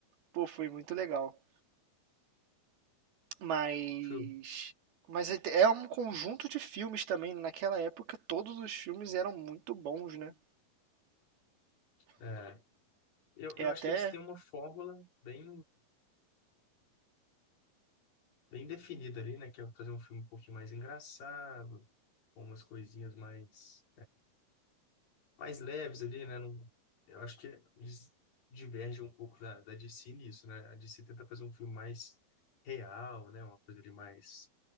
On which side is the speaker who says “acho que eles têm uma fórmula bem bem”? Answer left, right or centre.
Left